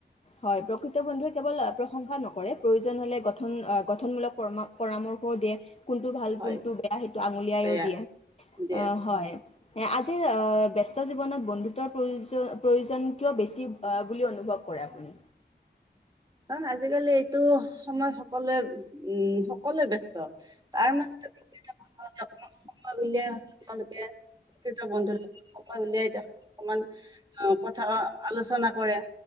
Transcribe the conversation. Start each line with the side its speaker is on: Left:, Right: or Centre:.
Left: হয়', প্ৰকৃত বন্ধুৱে কেৱল প্ৰশংসা নকৰে, প্ৰয়োজন হলে গঠন-গঠনমূলক পৰামৰ্শও দিয়ে। কোনটো ভাল,
Right: হয়
Left: কোনটো বেয়া, সেইটো আঙুলিয়াইও
Right: বেয়া
Left: দিয়ে
Right: দিয়ে।
Left: অ', হয়', আজিৰ ব্যস্ত জীৱনত বন্ধুত্বৰ প্ৰয়োজন-প্ৰয়োজন কিয় বেছি অ', বুলি অনুভৱ কৰে আপুনি?
Right: কাৰণ আজিকালি এইটো সময়ত সকলোৱে, উম', সকলোৱে ব্যস্ত তাৰ মাজতে অলপমান সময় উলিয়াই, তেওঁলোকে প্ৰকৃত বন্ধুক সময় উলিয়াই তেওঁ অকমান কথা আলোচনা কৰে